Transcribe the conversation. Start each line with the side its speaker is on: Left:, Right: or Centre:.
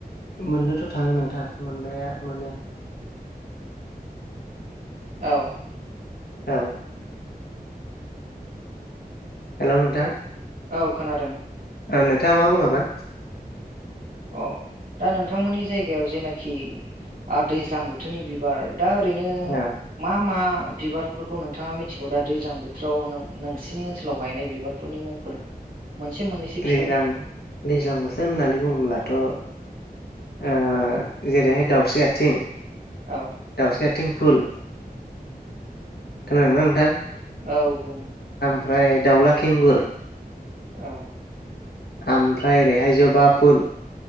Left: मोननोथ' थाङो नोंथां मोननाया मोनो।
Right: औ
Left: औ हेल' नोंथां
Right: औ खोनादों।
Left: ओ नोंथाङा मा बुङामोन?
Right: अ दा नोंथांमोननि जायगायाव जेनाखि आ दैज्लां बोथोरनि बिबार दा ओरैनो
Left: औ
Right: मा मा बिबारफोरखौ नोंथाङा मिथिगौ दा दैज्लां बोथोराव नों-नोंसिनि ओनसोलाव गायनाय बिबारफोरनि मुंफोर मोनसे मोननैसो
Left: द्रैलां
Right: खिथालाय
Left: दैज्लां बोसोर होननानै बुंब्ला थ' ओ जेरैहाय दाउस्रि आथिं
Right: औ
Left: दावस्रि आथिं फुल खोनादोंना नोंथां?
Right: औ बुं
Left: फ्राय दाावला खेंगुर
Right: औ।
Left: ओमफ्राय ओरैहाय जोबा फुल